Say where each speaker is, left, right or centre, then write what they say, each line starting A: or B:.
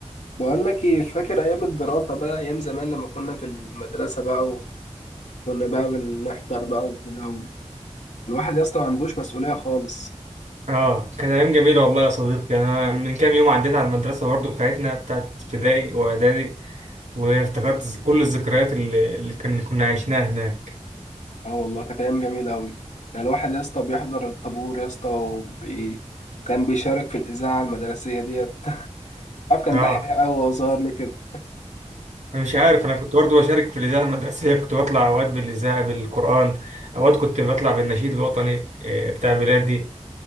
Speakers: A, on the left (about 80°); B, on the right (about 75°).
A: بقول لك ايه فاكر ايام الدراسة بقى ايام زمان لما كنا في المدرسة بقى وكنا بقى بنحضر بقى وكده و- الواحد يا اسطى ما عندوش مسؤولية خالص
B: اه كانت ايام جميله والله يا صديقي انا من كام يوم عديت على المدرسه برضو بتاعتنا بتاعت ابتدائي واعدادي وافتكرت ز- كل الذكريات اللي اللي كان كنا عشناها هناك
A: اه والله كانت ايام جميلة قوي يعني الواحد يا اسطى بيحضر الطابور يا اسطى وبي... كان بيشارك في الإذاعة المدرسية ديت <laughs> عارف كان
B: اه
A: دحيح قوي وهو صغير ليه كده
B: انا مش عارف انا كنت برضو بشارك في الاذاعه المدرسيه <laughs> كنت بطلع اوقات بالاذاعه بالقران اوقات كنت بطلع بالنشيد الوطني آه، بتاع بلادي